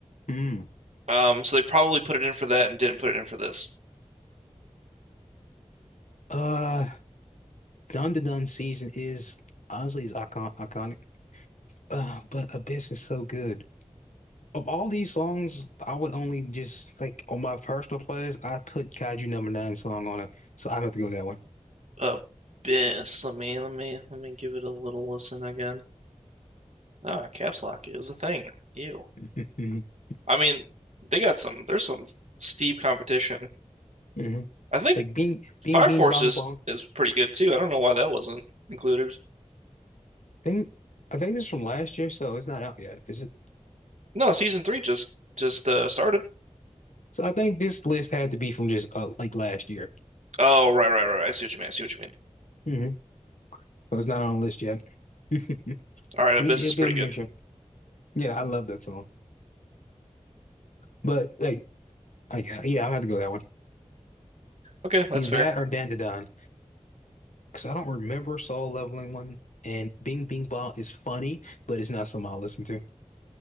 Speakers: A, on the left (about 85°); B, on the right (about 70°).
A: Mm.
B: um, so they probably put it in for that and didn't put it in for this.
A: Uh, Dun Dun Dun season is honestly is icon iconic. Uh, but Abyss is so good. Of all these songs, I would only just like on my personal playlist, I put Kaiju Number Nine song on it, so I have to go that way.
B: Uh, bis. Let me let me let me give it a little listen again. Ah, caps lock is a thing. Ew.
A: <laughs>
B: I mean, they got some. There's some steep competition.
A: hmm
B: I think
A: Like Bing,
B: Fire
A: Bing, Bing,
B: Force
A: Bong,
B: is
A: Bong.
B: is pretty good too. I don't know why that wasn't included.
A: I think I think this is from last year, so it's not out yet, is it?
B: No, season three just just uh, started.
A: So I think this list had to be from just uh, like last year.
B: Oh, right, right, right. right. I see what you mean. I see what you mean.
A: hmm So it's not on the list yet. <laughs>
B: All right, Abyss
A: We- It'll
B: is
A: be
B: pretty
A: on
B: good.
A: the next year. Yeah, I love that song, but like, I, yeah, I have to go that one.
B: Okay, that's
A: Either
B: fair.
A: that or Dandadan. because I don't remember Soul Leveling one. And Bing Bing Ball is funny, but it's not something I'll listen to.